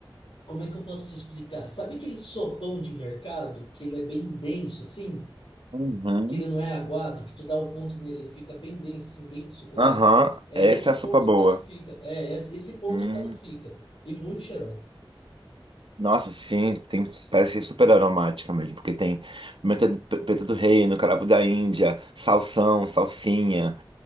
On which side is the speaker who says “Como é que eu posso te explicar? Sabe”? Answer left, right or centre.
Left